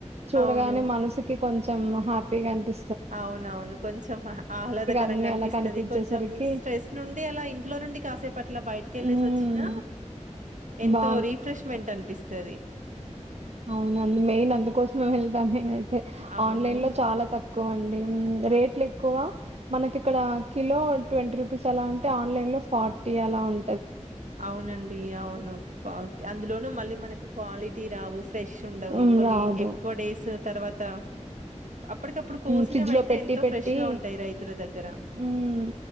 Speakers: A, on the right; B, on the right.
A: చూడగానే
B: అవును
A: మనిషికి కొంచెం హ్యాపీగా అనిపి
B: అవునవును కొంచెం ఆహ్లాదకరంగా
A: అన్నీ
B: అనిపిస్తది
A: అలా కనిపించేసరికి
B: కొంచెం స్ట్రెస్ నుండి అలా ఇంట్లో నుండి కాసేపట్ల బయట కెళ్ళెసొచిన
A: హ్మ్
B: ఎంతో
A: బా
B: రిఫ్రెష్మెంట్ అనిపిస్తది
A: అవునా మెయిన్ అందుకోసమే వెళ్తాను నేనైతే
B: అవును
A: ఆన్లైన్ లో చాలా తక్కువ అండి రేట్లు ఎక్కువ మనకి ఇక్కడ కిలో ట్వంటీ రూపీస్ అలా ఉంటే ఆన్లైన్ లో ఫార్టీ అలా ఉం
B: అవునండి అవును ఫాల్ట్ అందులోను మళ్ళీ మనకి క్వాలిటీ రావు ఫ్రెష్ ఉండవు
A: ఉమ్
B: కొన్ని
A: రాదు
B: ఎక్కువ డేస్ తర్వాత అప్పటికప్పుడు కోసినవి
A: ఫ్రిడ్జ్ లో
B: అయితే
A: పెట్టి
B: ఎంతో
A: పెట్టి
B: ఫ్రెష్ గా ఉంటాయి రైతుల దగ్గర
A: మ్